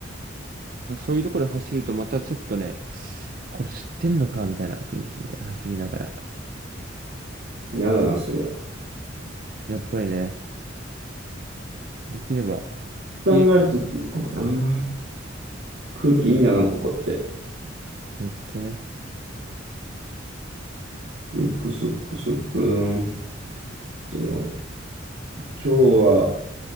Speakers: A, on the right; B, on the right.
A: なそういうところで走るとまたちょっとね、これ吸ってんのかみたいな空気みたいな走りながら。
B: やだな、それ。
A: やっぱりね、できれば、
B: 考えると、
A: 家
B: こうな。空気いいんだな、ここって。
A: めっちゃね、
B: そっくそっくそっくどん。そう今日は